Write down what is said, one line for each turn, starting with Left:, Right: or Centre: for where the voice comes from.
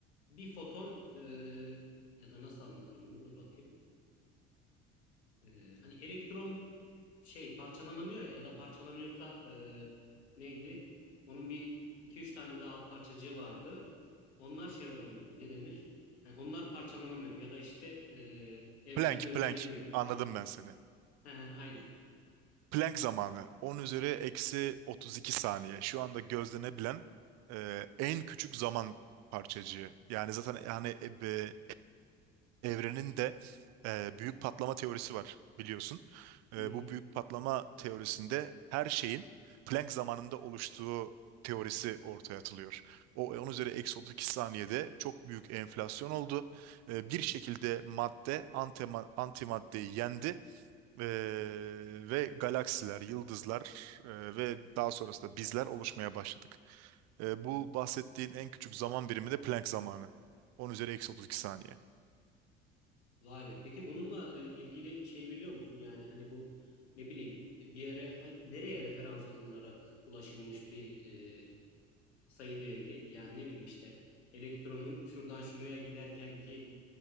Left: bir foton e, ya da nasıl anlatırım bunu dur bakayım. E, hani elektron şey parçalanamıyor ya ya da parçalanıyorsa e, neydi? Onun bir iki üç tane de alt parçacığı vardı. Onlar şey olamıyordu ne denir? Hani onlar parçalanamıyordu ya da işte e, evrende
Right: Plank,
Left: gözlenemiyor
Right: plank. Anladım
Left: gibi.
Right: ben seni.
Left: <laughs> Hı hı, Aynen.
Right: Planck zamanı 10 üzeri eksi 32 saniye. Şu anda gözlenebilen e, en küçük zaman parçacığı. Yani zaten yani e, be- evrenin de e, büyük patlama teorisi var biliyorsun. E,
Left: Hı hı.
Right: bu büyük patlama teorisinde her şeyin Planck zamanında oluştuğu teorisi ortaya atılıyor. O 10 üzeri eksi 32 saniyede çok büyük enflasyon oldu. E, bir şekilde madde antima- antimaddeyi yendi ee, ve galaksiler, yıldızlar e, ve daha sonrasında bizler oluşmaya başladık. E, bu bahsettiğin en küçük zaman birimi de Planck zamanı. 10 üzeri eksi 32 saniye.
Left: Vay be. Peki bununla e, ilgili şey biliyor musun? Yani hani bu ne bileyim e, bir yere ha- nereye referans alınarak ulaşılmış bir e, sayı değeri? Yani ne bileyim işte elektronun şuradan şuraya giderken ki